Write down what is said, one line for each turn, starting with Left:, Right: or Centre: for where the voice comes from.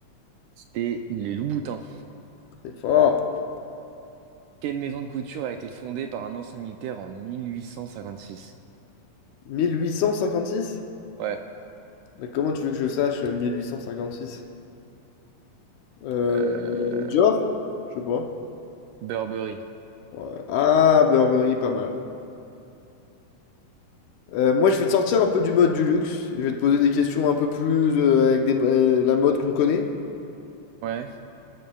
Right: C'était les Louboutins.
Left: C'est fort.
Right: Quelle maison de couture a été fondée par un ancien militaire en 1856?
Left: 1856?
Right: Ouais.
Left: Mais comment tu veux que je sache euh, 1856? Euh,
Right: Euh...
Left: Dior? Je sais pas.
Right: Burberry.
Left: Ouais. Ah, Burberry, pas mal. Euh, moi, je vais te sortir un peu du mode du luxe. Je vais te poser des questions un peu plus euh, avec des- euh, la mode qu'on connaît.
Right: Ouais.